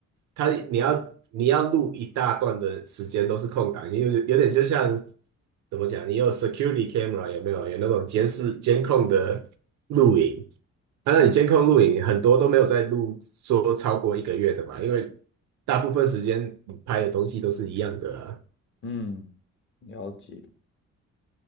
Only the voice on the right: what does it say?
他你要你要录一大段的时间都是空档，因为有点就像怎么讲，你有 security camera 有没有？有那种监视监控的录影，
啊，那你监控录影很多都没有在录说超过一个月的嘛，
因为大部分时间你拍的东西都是一样的啊。